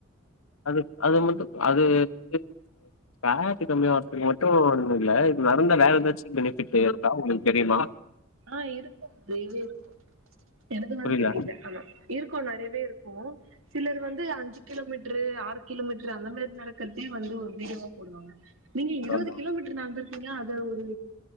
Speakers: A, on the left (about 75°); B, on the right (about 70°).
A: அது அது மட்டு அது வந்து ஃபேட்டு கம்மியா வர்றதுக்கு மட்டு ஒன்னு இல்ல இது நடந்த வேற ஏதாச்சு பெனிஃபிட் இருக்கா உங்களுக்கு தெரியுமா
B: ஆ இருக்கும் <unintelligible> இருக்கும் எனக்குதா
A: புரியல
B: தெரியில அதா இருக்கு நெறையவே இருக்கு சிலர் வந்து அஞ்சு கிலோமீட்ரு ஆறு கிலோமீட்ரு அந்த மாறி நடக்கிறதே வந்து ஒரு வீடியோ போடுவாங்க நீங்க இருபது
A: ஆமா
B: கிலோமீ ட்டரு நடந்ருக்கிங்க அத ஒரு